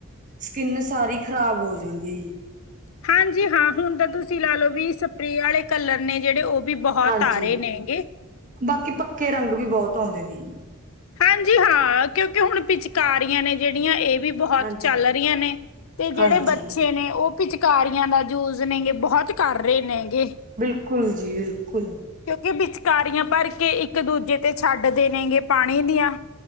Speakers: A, on the right; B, on the left.
A: ਸਕਿੰਨ ਸਾਰੀ ਖ਼ਰਾਬ ਹੋ ਜਾਂਦੀ।
B: ਹਾਂਜੀ ਹਾਂ ਹੁਣ ਤਾਂ ਤੁਸੀਂ ਲਾ ਲੋ ਵੀ ਸਪਰੇਅ ਅਲੇ ਕਲਰ ਨੇ ਉਹ ਬੀ ਬਹੁਤ
A: ਹਾਂਜੀ
B: ਤਾਰੇ ਨੇਗੇ।
A: ਬਾਕੀ ਪੱਕੇ ਰੰਗ ਵੀ ਬਹੁਤ ਆਂਉਦੇ ਨੇ।
B: ਹਾਂਜੀ ਹਾਂ ਕਿਉਕਿ ਹੁਣ ਪਿਚਕਾਰੀਆਂ ਏ ਜਿਹੜੀਆਂ ਏ ਵੀ ਬਹੁਤ
A: ਹਾਂਜੀ
B: ਚੱਲ ਰਹੀਆਂ ਨੇ ਤੇ ਜਿਹੜੇ
A: ਹਾਂਜੀ
B: ਬੱਚੇ ਉਹ- ਪਿਚਕਾਰੀਆਂ ਦਾ ਯੂਜ ਨੇਗੇ ਬਹੁਤ ਕਰ ਰਹੇ ਨੇਗੇ।
A: ਬਿਲਕੁਲ ਜੀ ਬਿਲਕੁਲ
B: ਕਿਉਂਕਿ ਉਹ ਪਿਚਕਾਰੀਆਂ ਵਿੱਚ ਭਰ ਕੇ ਇੱਕ-ਦੂਜੇ ਉਤੇ ਛੱਡਦੇ ਨੇ ਪਾਣੀ ਦੀਆਂ